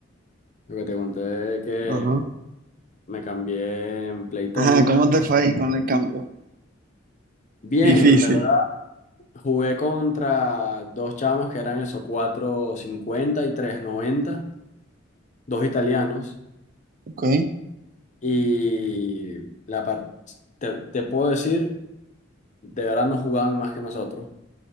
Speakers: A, on the left; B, on the right.
A: Lo que te conté que
B: Ajá.
A: me cambié en Playtomic.
B: Ajá, ¿cómo te fue ahí con el cambio?
A: Bien,
B: Difícil.
A: en verdad Jugué contra dos chamos que eran eso, cuatro cincuenta y tres noventa dos italianos,
B: Ok.
A: y la par- te, te puedo decir, de verdad no jugaban más que nosotros,